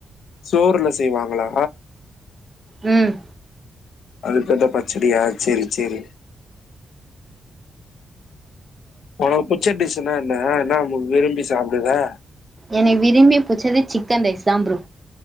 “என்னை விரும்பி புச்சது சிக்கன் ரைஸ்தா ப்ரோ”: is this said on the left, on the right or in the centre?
Right